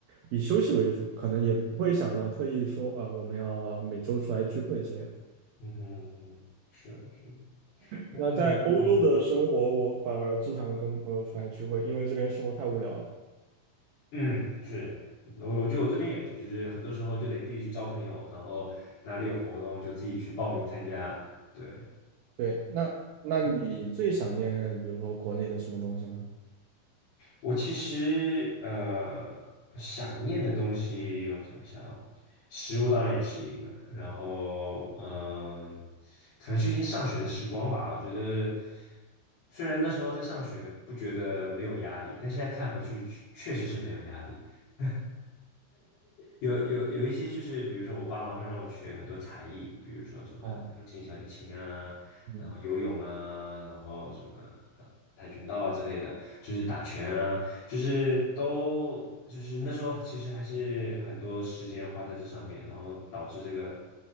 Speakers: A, on the right; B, on the left.
A: 以休息为主，可能也不会想到特意说啊，我们要每周出来聚会之类的。
B: 嗯哼，是是，那那
A: 那在欧洲的生活，我反而经常跟朋友出来聚会，因为这边生活太无聊了。
B: 嗯是。我我觉得我这边也是，就是很多时候就得自己去交朋友，然后哪里有活动就自己去报名参加，对。
A: 对，那那你最想念，比如说国内的什么东西呢？
B: 我其实呃想念的东西，我想想，啊，食物当然也是一个，然后嗯，可能最近上学的时光吧，我觉得虽然那时候在上学不觉得没有压力，但现在看回去确确实是没有压力。<laughs> 有有有一些就是，比如说我爸妈会让我学很多才艺，比如说什么钢琴、
A: 哦，
B: 小提琴啊，
A: 嗯，
B: 然后游泳啊，然后什么呃跆拳道啊之类的，就是打拳啊，就是都就是那时候其实还是很多时间花在这上面，然后导致这个